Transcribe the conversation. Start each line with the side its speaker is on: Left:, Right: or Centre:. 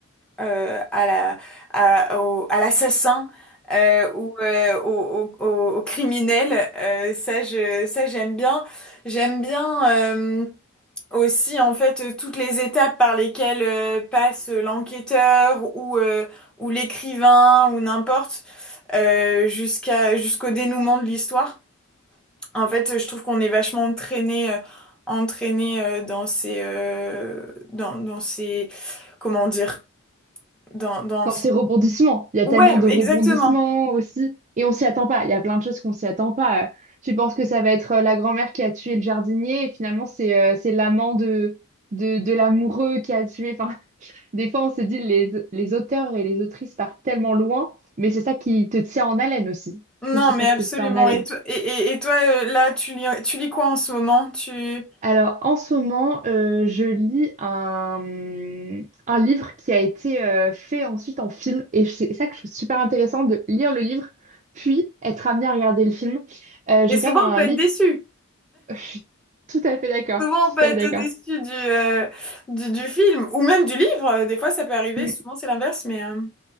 Centre: euh, à la à, au- à l'assassin euh, ou euh, au, au, au- au criminel, Euh, ça je ça j'aime bien, j'aime bien. euh, aussi en fait euh, toutes les étapes par lesquelles euh, passe euh, l'enquêteur ou euh, ou l'écrivain ou n'importe euh, jusqu'à jusqu'au dénouement de l'histoire. En fait, euh, je trouve qu'on est vachement entraîné euh, entraîné euh, dans ces euh, dans dans ces comment dire dans dans
Right: Dans
Centre: ces
Right: ces rebondissements, il y a
Centre: ouais
Right: tellement de
Centre: exactement.
Right: rebondissements aussi. Et on s'y attend pas. Il y a plein de choses qu'on s'y attend pas. Euh, Tu penses que ça va être euh, la grand-mère qui a tué le jardinier et finalement c'est euh, c'est l'amant de, de, de l'amoureux qui a tué. Enfin, <laughs> des fois on se dit les, les auteurs et les autrices partent tellement loin, mais c'est ça qui te tient en haleine aussi. Je
Centre: Non,
Right: trouve que c'est
Centre: mais
Right: ça
Centre: absolument.
Right: qui te tient en haleine.
Centre: Et toi, et, et- et toi euh, là, tu lis tu lis quoi en ce moment? Tu
Right: Alors, en ce moment, euh, je lis un, un livre qui a été euh, fait ensuite en film. Et c'est ça que je trouve super intéressant de lire le livre, puis être amené à regarder le film. Euh, je
Centre: et
Right: regarde
Centre: souvent
Right: un
Centre: on peut être
Right: livre,
Centre: déçu.
Right: <laughs> je suis tout à fait d'accord.
Centre: Souvent,
Right: Je suis
Centre: on peut
Right: tout
Centre: être
Right: à fait d'accord.
Centre: déçu du, euh, du, du film ou même du livre. Euh, Des fois, ça peut arriver.
Right: Mm,
Centre: Souvent, c'est l'inverse. Mais euh,